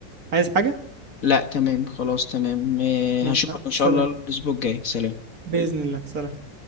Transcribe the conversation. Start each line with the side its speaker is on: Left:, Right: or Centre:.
Right: عايز حاجة؟
Left: لا تمام خلاص تمام آه،
Right: م-
Left: هشوفك
Right: م-
Left: ان
Right: سلام
Left: شاء الله الاسبوع الجاي سلام
Right: بإذن الله سلام